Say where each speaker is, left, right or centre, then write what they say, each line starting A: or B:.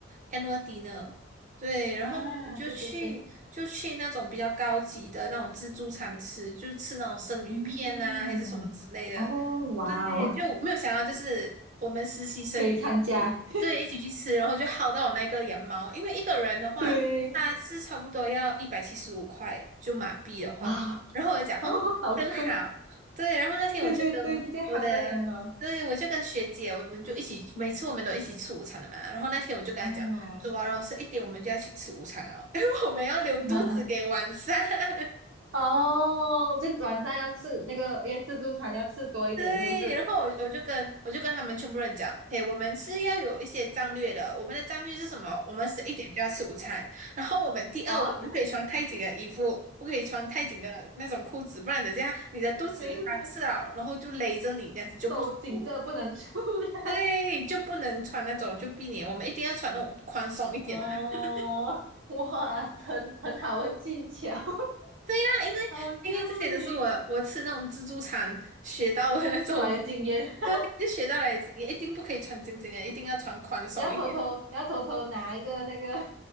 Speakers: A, on the right; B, on the right.
A: annual dinner，对，然后我们就去就去那种比较高级的那种自助餐吃，
B: 啊，对对对，
A: 就吃那种生鱼片啊，
B: 嗯，
A: 还是什么之类的。
B: 哦，哇哦，
A: 对，就我没有想到，就是我们实习生也一起，
B: 可以参加，
A: 对，一起去吃，然后就薅到我那个羊毛，因为一个人的话，
B: 对，
A: 他是差不多要一百七十五块，就马币的话，
B: 哇，
A: 然后我就讲，
B: <laughs> 哦，
A: 哦，
B: 好亏，
A: 真好，对，然后那天我就跟我的。
B: 对对对，直接薅到羊毛
A: 对，我就跟学姐，我们就一起，每次我们都一起吃午餐的嘛。然后那天我就跟她讲，
B: 啊，
A: 走啊，完肉十一点，我们就要去吃午餐了哦，因为我们要留肚子给晚上。
B: <laughs>
A: <laughs>
B: 哦，就晚上要吃那个，因为自助餐要吃多一点，
A: 对，
B: 是不是？
A: 然后我我就跟我就跟他们全部人讲，OK，我们是要有一些战略的。我们的战略是什么？我们十一点就要吃午餐，然后我们第二，
B: 哦，
A: 我们不可以穿太紧的衣服，不可以穿太紧的那种裤子，不然等下你的肚子它吃了，
B: <laughs> 明白，
A: 然后就勒着你，这样子就不舒服。
B: 手紧着不能出来，
A: 对，就不能穿那种就避免，我们一定要穿那种宽松一点的。
B: 哦，
A: <laughs>
B: 哇，很很好的技巧，<laughs>
A: 那因为因为这些都是我我吃那种自助餐学到的那种，
B: 好羡慕你出来的经验。<laughs>
A: 就学到了经验一定不可以穿紧紧的，一定要穿宽松一点。
B: 你要偷偷，你要偷偷拿一个那个